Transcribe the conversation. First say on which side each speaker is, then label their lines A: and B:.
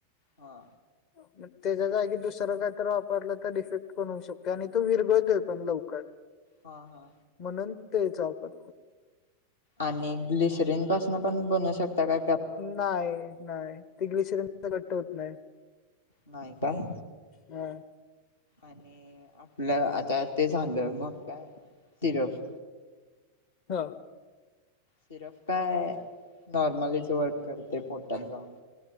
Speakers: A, on the left; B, on the left.
A: हा
B: हो त्याच्या जागी दुसरं काय तर वापरलं तर इफेक्ट पण होऊ शकत आणि तो विरगळतोय पण लवकर
A: हा हा
B: म्हणून तेचा वापरत
A: आणि ग्लिसरीन पासन पण बनवू शकता का
B: नाही नाही त ग्लिसरीन घट्ट होत नाही
A: नाही काय
B: हा.
A: आणि आपलं आता ते झालं मग काय सिरफ
B: हा
A: सिरफ काय नॉर्मलीच वर्क करते पोटात जाऊन